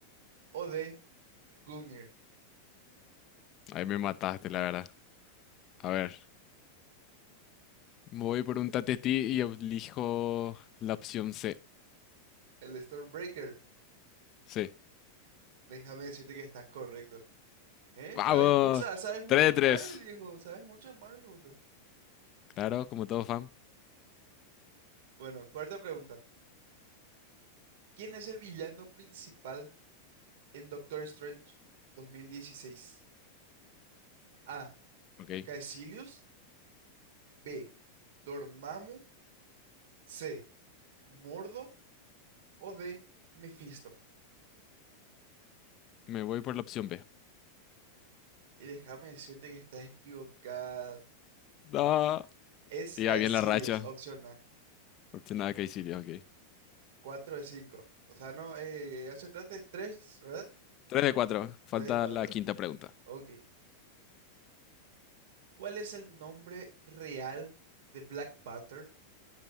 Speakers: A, on the right; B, on the left.
A: O D. Gungnir.
B: Ahí me mataste, la verdad. A ver, voy por un tatetí y elijo la opción C.
A: El Stormbreaker.
B: Sí.
A: Déjame decirte que está correcto. ¿Eh?
B: ¡Vamos!
A: ¿Sabes mucho, sabes mucho
B: Tres de
A: de
B: tres.
A: Marvel, viejo? ¿Sabes mucho de Marvel, boludo?
B: Claro, como todo fan.
A: Bueno, cuarta pregunta. ¿Quién es el villano principal en Doctor Strange 2016? A.
B: Ok.
A: Caecilius. B. Dormammu. C. Mordo. O D. Mephisto.
B: Me voy por la opción B.
A: Y déjame decirte que estás equivocada.
B: No.
A: Es
B: Y
A: Caecilius,
B: ya bien la racha.
A: opción A.
B: Opción A, Caecilio, ok.
A: 4 de 5. O sea, no, eh, acertaste 3, ¿verdad?
B: 3 de 4, Falta
A: 3 de 4.
B: la
A: Correcto.
B: quinta pregunta.
A: Ok. ¿Cuál es el nombre real de Black Panther?